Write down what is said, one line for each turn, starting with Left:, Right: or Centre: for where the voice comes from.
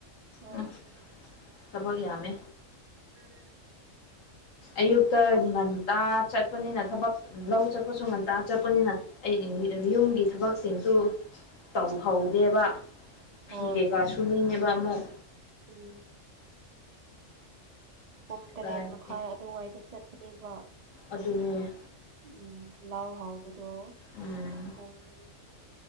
Right: ꯍꯣꯏ
Left: ꯎꯝ ꯊꯕꯛ ꯌꯥꯝꯃꯦ
Right: ꯎꯝ
Left: ꯑꯌꯨꯛꯇ
Right: ꯑꯁ
Left: ꯉꯟꯇꯥ ꯆꯠꯄꯅꯤꯅ ꯊꯕꯛ ꯂꯧ ꯆꯠꯄꯁꯨ ꯉꯟꯇꯥ ꯆꯠꯄꯅꯤꯅ ꯑꯩ <unintelligible> ꯌꯨꯝꯒꯤ ꯊꯕꯛꯁꯤꯡꯁꯨ ꯇꯧꯍꯧꯗꯦꯕ ꯐꯤ
Right: ꯍꯣꯏ
Left: ꯀꯩꯀꯥ ꯁꯨꯅꯤꯡꯉꯦꯕ ꯑꯃꯨꯛ
Right: ꯎꯝ ꯄꯨꯡ
Left: ꯀꯗꯥꯏꯗꯒꯤ
Right: ꯇꯔꯦꯠ ꯃꯈꯥꯏ ꯑꯗꯨꯋꯥꯏꯗ ꯆꯠꯄꯅꯦꯕ
Left: ꯑꯗꯨꯅꯦ
Right: ꯎꯝ ꯂꯥꯎ ꯍꯥꯎꯕꯗꯣ
Left: ꯎꯝ
Right: ꯄꯨꯡ